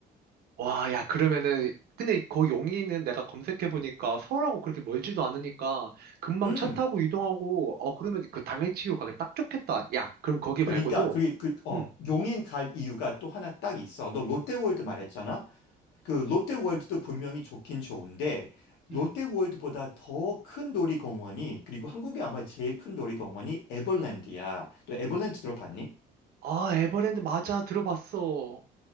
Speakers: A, on the right; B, on the left.
A: 와, 야, 그러면은, 근데 거 용인은 내가 검색해보니까 서울하고 그렇게 멀지도 않으니까 금방
B: 음.
A: 차 타고 이동하고, 어, 그러면 그 당일치기로 가기 딱 좋겠다. 야, 그럼 거기 말고도,
B: 그러니까 그, 그, 어,
A: 음,
B: 용인 갈 이유가 또 하나 딱 있어. 너 롯데월드 말했잖아. 그 롯데월드도 분명히 좋긴 좋은데 롯데월드보다
A: 음.
B: 더 큰 놀이공원이 그리고 한국에 아마 제일 큰 놀이공원이 에버랜드야. 또 에버랜드 들어봤니?
A: 아, 에버랜드 맞아. 들어봤어.